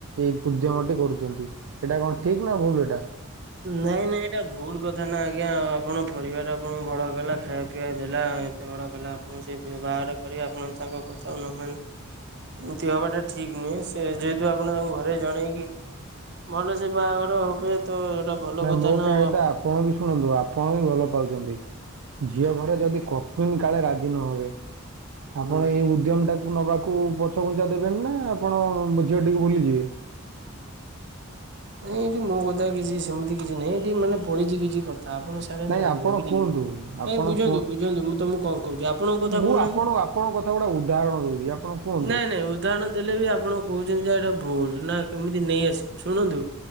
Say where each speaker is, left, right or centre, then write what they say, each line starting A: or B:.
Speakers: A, on the right; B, on the right.
A: ଏଇ ଉଦ୍ୟମଟି
B: ହୁଁ।
A: କରୁଛନ୍ତି। ଏଇଟ କଣ ଠିକ୍ ନା ଭୁଲ ଏଟା।
B: ନାଇଁ ନାଇଁ ଏଇଟା ଭୁଲ କଥା ନା ଆଜ୍ଞା ଆପଣ ପରିବାର ଆପଣଙ୍କୁ ଭଡ କଲା ଖାଇବା ପିଇବାକୁ ଦେଲା ଏତେ ବଡ କଲା ଆପଣ ସେ ବାହହାର କରିବେ ଆପଣ ତାଙ୍କ କଥା ନ ମାନେ ଏମିତି ହବାଟା ଠିକ ନୁହେଁ ସେ ଯେହେତୁ ଆପଣ ତାଙ୍କୁ ଘରେ ଜଣେଇକି ଭଲ ସେ ବାହାଘର ହବେ ତ ଏଇଟା ଭଲ କଥା
A: ମୋ
B: ନା
A: କହିବା
B: ଆଉ
A: କଥା
B: ଆପଣ
A: ଆପଣ ବି ଶୁଣନ୍ତୁ ଆପଣ ବି ଭଲ ପାଉଛନ୍ତି! ଝିଅ ଘରେ ଯଦି କଶମିିନ କାଳେ ରାଜି ନହବେ
B: ହୁଁ
A: ଆପଣ ଏଇ ଉଦ୍ୟମ ଟାକୁ ନେବାକୁ ପଛଘୁଞ୍ଚା ଦେବେନି ନା ଆପଣ ଝିଅଟିକୁ ଭୁଲିଯିବେ?
B: ନାଇଁ ଏଇଠି ମୋ କଥା କିଛି ସେମିତି କିଛି ନାହିଁ ଏଠି ମାନେ ପଡିଛି କିଛି କଥା ଆପଣ ସୋଆୁନି
A: ନାଇଁ ଆପଣ
B: ବୁଝିଲି
A: କୁହନ୍ତୁ ଆପଣ
B: ନାଇଁ ବୁଝନ୍ତୁ
A: କୁହ
B: ବୁଝନ୍ତୁ ମୁଁ ତମକୁ କଣ କହୁଛି ଆପଣଙ୍କ କଥା
A: ମୁଁ
B: କହୁନାହାନ୍ତି।
A: ଆପଣ ଆପଣଙ୍କ କଥା ଗୁଡା ଉଦାହରଣ ଦଉଛି ଆପଣ କୁହନ୍ତୁ?
B: ନାଇଁ ନାଇଁ ଉଦାହରଣ ଦେଲେ ବି ଆପଣ କହୁଛନ୍ତି ଯା ଏଇଟା ଭୁଲ ନା କେମିତି ନେଇଆସିବ ଶୁଣନ୍ତୁ?